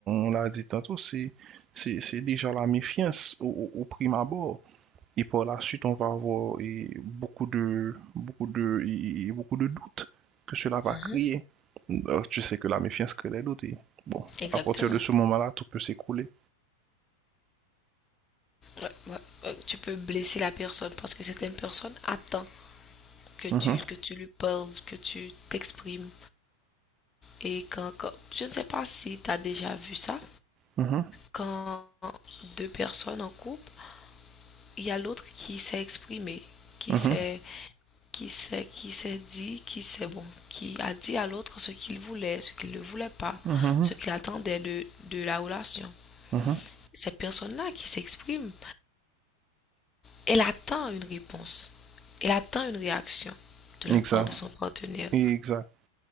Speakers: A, on the right; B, on the left.
A: on l'a dit tantôt, c'est, c'est, c'est déjà la méfiance au, au- au prime abord. Et par la suite, on va avoir et, beaucoup de, beaucoup de, et- et beaucoup de doutes que cela va
B: Mhm.
A: créer. Alors, tu sais que la méfiance crée les doutes. et bon,
B: Exactement.
A: à partir de ce moment-là, tout peut s'écrouler.
B: Ouais, ouais, ouais, tu peux blesser la personne parce que certaines personnes attendent que tu,
A: Mhm,
B: que tu lui parles, que tu t'exprimes. Et quand, quand- je ne sais pas si tu as déjà vu ça,
A: mhm,
B: quand deux personnes en couple, il y a l'autre qui s'est exprimé, qui
A: mhm,
B: s'est, qui s'est, qui s'est dit, qui s'est bon, qui a dit à l'autre ce qu'il voulait, ce qu'il ne voulait pas,
A: mhm,
B: ce qu'il attendait de, de la relation.
A: mhm.
B: Ces personnes-là qui s'expriment Elle attend une réponse, elle attend une réaction de
A: Exact,
B: la part de son partenaire.
A: exact,